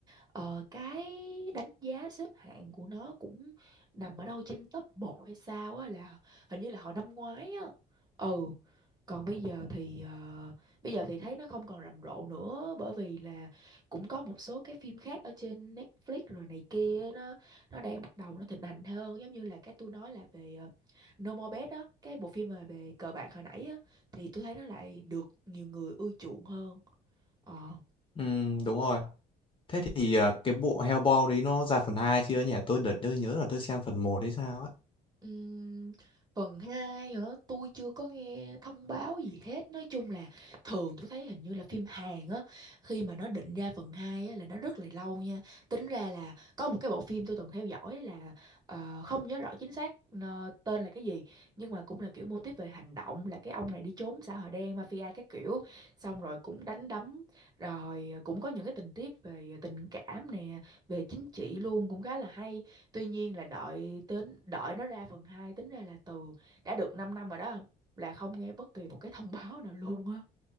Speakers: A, on the right (about 25°); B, on the left (about 30°).
A: Ờ, cái đánh giá xếp hạng của nó cũng nằm ở đâu trên top một hay sao á là hình như là hồi năm ngoái á. Ừ. Còn bây giờ thì ờ, bây giờ thì thấy nó không còn rầm rộ nữa bởi vì là cũng có một số cái phim khác ở trên Netflix rồi này kia nó nó đang bắt đầu nó thịnh hành hơn giống như là cái tôi nói là về ờ, No More Bad á, cái bộ phim mà về cờ bạc hồi nãy á thì tôi thấy nó lại được nhiều người ưa chuộng hơn. Ờ.
B: ừm, đúng rồi thế thì à, cái bộ Hellboy đấy nó ra phần 2 chưa nhỉ tôi đợt tôi nhớ là tôi xem phần một hay sao ấy
A: Ừm, phần 2 hả? Tôi chưa có nghe thông báo gì hết. Nói chung là thường tôi thấy hình như là phim Hàn á, khi mà nó định ra phần 2 á là nó rất là lâu nha. Tính ra là có một cái bộ phim tôi từng theo dõi là ờ, không nhớ rõ chính xác ờ, tên là cái gì, nhưng mà cũng là kiểu mô típ về hành động là cái ông này đi trốn xã hội đen mafia các kiểu, xong rồi cũng đánh đấm, rồi cũng có những cái tình tiết về tình cảm nè, về chính trị luôn cũng khá là hay Tuy nhiên là đợi đến đợi nó ra phần 2 tính ra là từ đã được 5 năm rồi đó không? Là không nghe bất kỳ một cái thông báo nào luôn á.